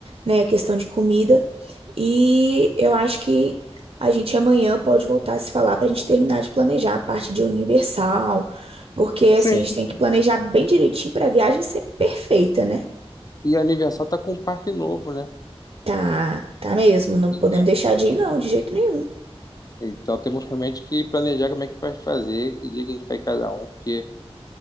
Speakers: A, on the right; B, on the left.
A: né, a questão de comida. E eu acho que a gente amanhã pode voltar a se falar para a gente terminar de planejar a parte de Universal, porque
B: Sim,
A: assim, a gente tem
B: sim.
A: que planejar bem direitinho para a viagem ser perfeita, né?
B: E a Universal tá com um parque novo, né?
A: Tá, tá mesmo,
B: Pois
A: não podemos
B: é.
A: deixar de ir não, de jeito nenhum.
B: Então temos realmente que planejar como é que vai fazer, que dia que a gente vai cada um, porque